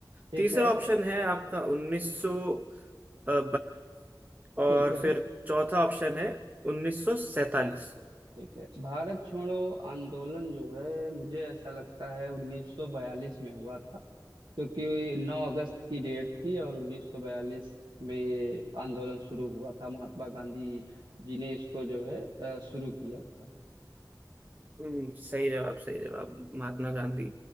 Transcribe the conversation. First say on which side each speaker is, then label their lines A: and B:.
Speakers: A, on the right; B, on the right.
A: ठीक
B: तीसरा
A: है
B: ऑप्शन है आपका 1942 और
A: ठीक है
B: फिर चौथा ऑप्शन है 1947
A: ठीक है भारत छोड़ो आंदोलन जो है मुझे ऐसा लगता है 1942 में हुआ था क्योंकि 9 अगस्त की डेट थी और 1942 में ये आंदोलन शुरू हुआ था महात्मा गांधी जी ने इसको जो है अ, शुरू किया था
B: हम्म, सही जवाब सही जवाब महात्मा गांधी